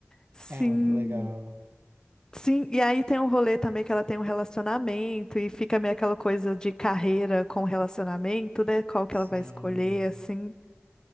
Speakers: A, on the left; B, on the right.
A: Sim.
B: É muito legal.
A: Sim, e aí tem o rolê também que ela tem um relacionamento e fica meio aquela coisa de carreira com relacionamento, né? Qual que
B: Sim.
A: ela vai escolher, assim.